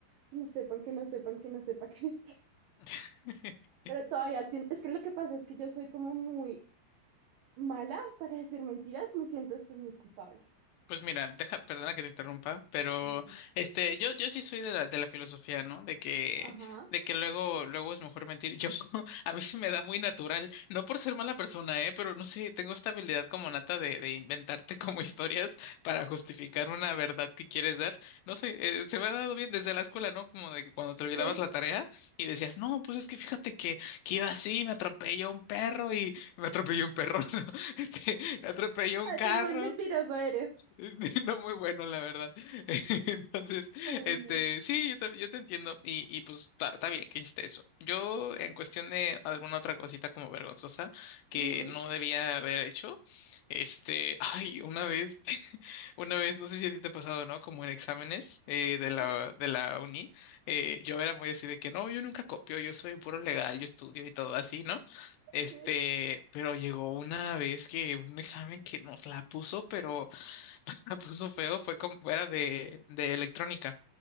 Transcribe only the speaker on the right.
que no sepan, que no sepan, que no sepa que estoy. <laughs>
Pero todavía siento, es que lo que pasa es que yo soy como muy mala para decir mentiras, me siento después muy culpable.
Tranquila.
Ajá,
ok.
Así
de buen mentiroso eres.
Ay,
no.
Ujú,
ujú,
sí.